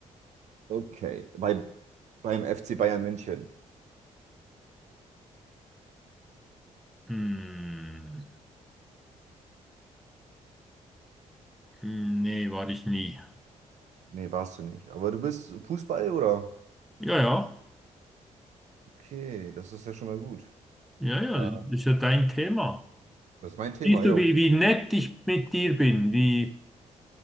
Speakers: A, on the right (about 65°); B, in the centre.
A: Okay, bei, beim FC Bayern München.
B: Hm, Hm, nee, war ich nie.
A: Nee, warst du nicht. Aber du bist Fußball, oder?
B: Ja, ja,
A: Okay, das ist ja schon mal gut.
B: ja, ja,
A: Äh,
B: das ist ja dein Thema.
A: das ist mein Thema,
B: Siehst du,
A: jo.
B: wie, wie nett ich mit dir bin, wie,